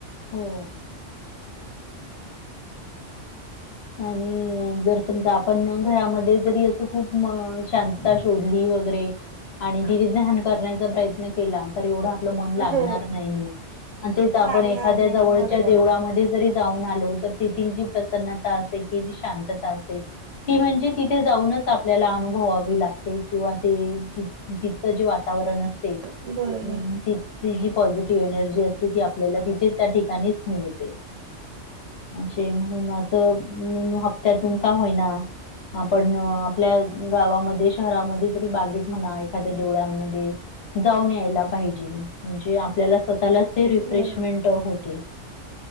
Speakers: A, on the left; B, on the right.
A: हो. आणि जर समजा, आपण घरामध्ये जरी असं खूप शांतता शोधली वगैरे- आणि किती ध्यान करण्याचा प्रयत्न केला, तर एवढं आपलं मन लागणार
B: हो.
A: नाही. हा, तेच आपण
B: लागणार
A: एखाद्या
B: नाही
A: जवळच्या
B: बरोबर
A: देवळामध्ये जरी जाऊन आलो, तर तेथील जी प्रसन्नता अस- ते, की जी शांतता असते- ती म्हणजे तिथे जाऊनच आपल्याला अनुभवावी लागते किंवा ते- तिचं जे वातावरण असते,
B: बरोबर
A: अम ते- ती जी पॉझिटिव्ह एनर्जी असते ती आपल्याला तिथे त्या ठिकाणीच मिळते. असे म्हणून, असं हप्त्यातून का होईना- आपण आपल्या गावामध्ये, शहरामध्ये तरी बागेत म्हणा, एखाद्या देवळांमध्ये- जाऊन यायला पाहिजे, म्हणजे आपल्याला स्वतःलाच ते रिफ्रेशमेंट
B: बरोबर.
A: होते.